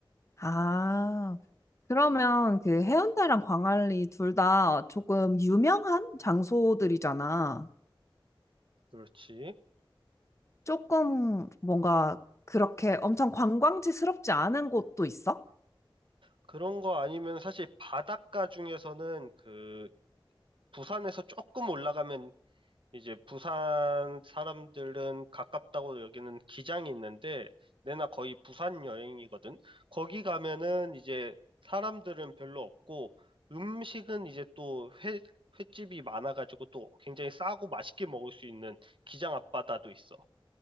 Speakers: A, on the left (about 35°); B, on the right (about 70°).
A: 아, 그러면 그 해운대랑 광안리 둘 다 조금 유명한 장소들이잖아.
B: 그렇지.
A: 조금 뭔가 그렇게 엄청 관광지스럽지 않은 곳도 있어?
B: 그런 거 아니면 사실 바닷가 중에서는 그 부산에서 조금 올라가면 이제 부산 사람들은 가깝다고 여기는 기장이 있는데 내나 거의 부산 여행이거든. 거기 가면은 이제 사람들은 별로 없고 음식은 이제 또 회, 횟집이 많아가지고 또 굉장히 싸고 맛있게 먹을 수 있는 기장 앞바다도 있어.